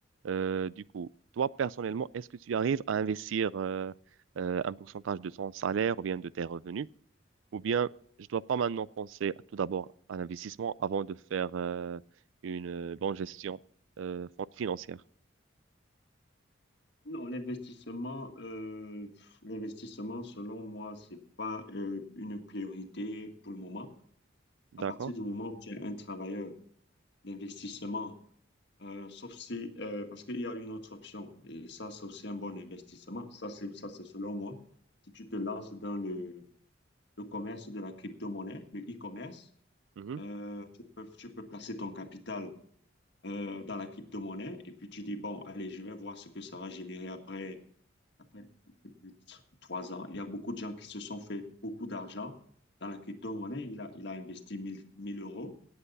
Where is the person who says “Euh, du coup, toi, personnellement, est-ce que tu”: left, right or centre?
Right